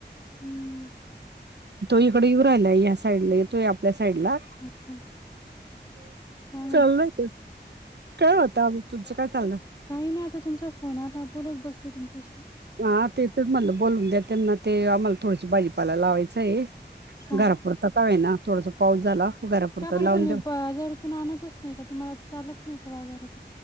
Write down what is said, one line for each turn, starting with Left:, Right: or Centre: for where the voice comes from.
Left: हम्म
Right: इकडेऊ राहिलाआपल्या साईडला येतो आपल्या साईडला
Left: अच्छा काय माहित
Right: चालल ते काय होतं आम्ही तुमचं
Left: काही
Right: काय चाललं
Left: नाही आता तुमचा फोन आला बोलत बसते तुमच्याशी.
Right: हा तेचच म्हलं बोलून द्या त्यांना ते आम्हाला थोडशी भाजीपाला लावायचं आहे.
Left: सांग
Right: घरापुरता का वहिनी आहे ना थोडस पाऊस झाला घरापुरता
Left: का बरं
Right: लावून
Left: तुम्ही
Right: देऊ.
Left: बाजारातून आणतच नाही का तुम्हाला चालत नाही का बाजारात?